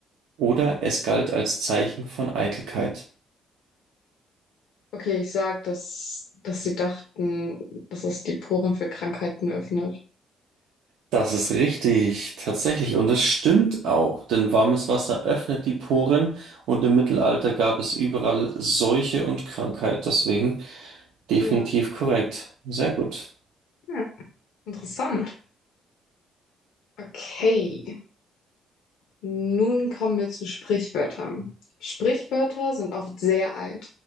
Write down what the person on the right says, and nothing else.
Oder es galt als Zeichen von Eitelkeit.
Das ist richtig, tatsächlich. Und das stimmt auch, denn warmes Wasser öffnet die Poren und im Mittelalter gab es überall Seuche und Krankheit. Deswegen definitiv
korrekt. Sehr gut.